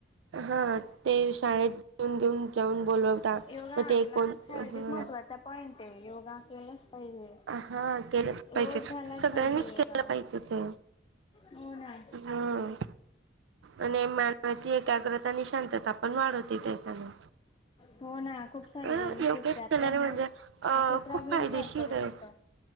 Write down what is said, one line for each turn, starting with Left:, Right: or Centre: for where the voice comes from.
Right: हा ते शाळेत घेऊन घेऊन जाऊन बोलवता.
Left: योगा
Right: मग
Left: हा
Right: ते
Left: आपला
Right: कोण
Left: शारीरिक
Right: ह
Left: महत्त्वाचा पॉइंट आहे योगा केलाच पाहिजे.
Right: हा केलंच
Left: रोज
Right: पाहिजे
Left: झालाच
Right: सगळ्यांनीच
Left: पाहिजे योगा
Right: केलं पाहिजे ते
Left: हो ना
Right: हम आणि मानवाची एक एकाग्रता आणि शांतता पण वाढवते त्याना
Left: हो ना खूप सारे
Right: अ
Left: बेनिफिट्स
Right: योग्य केल्याने
Left: आहे आपल्याना
Right: म्हणजे अ
Left: आपला
Right: खूप
Left: प्रॉब्लेम
Right: फायदेशीर
Left: सॉल्व करू
Right: आहे.
Left: शकतो